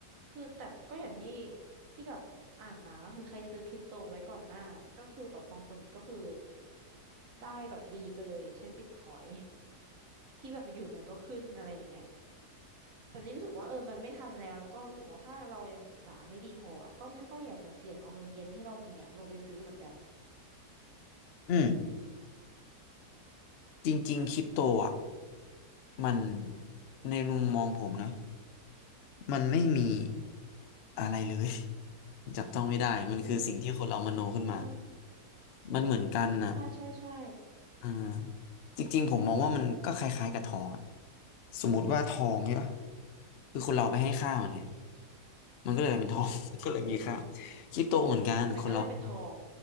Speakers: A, on the right; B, on the left.
A: คือแต่ก็อย่างที่ที่แบบอ่านมาก็คือใครซื้อคริปโตไว้ก่อนหน้าก็คือแบบบางคนก็คือได้แบบดีไปเลยอย่างเช่นบิตคอย <laughs> ที่แบบอยู่มันก็ขึ้นอะไรอย่างเงี้ยแต่นี่รู้สึกว่าเออมันไม่ทันแล้วแล้วก็รู้สึกว่าถ้าเรายังศึกษาไม่ดีพออะก็ไม่ค่อยอยากจะเสี่ยงเอาเงินเย็นที่เรามีอ่ะลงไปซื้อเหมือนกัน
B: อืมจริงๆคริปโตอ่ะมันในมุมมองผมนะมันไม่มีอะไรเลย <laughs> จับต้องไม่ได้มันคือสิ่งที่คนเรามโนขึ้นมา
A: อือฮึอืม
B: มันเหมือนกันนะ
A: ใช่ใช่ใช่
B: อ่าจริงๆผมมองว่ามันก็คล้ายๆกับทองอะสมมุติว่าทองใช่ปะคือคนเราไปให้ค่ามันไงมันก็เลยเป็นทอง
A: อืม
B: <laughs> ก็เลยมีค่า
A: จริง
B: คริปโตเหมือนกันคนเรา
A: มันก็เลยเป็นทอง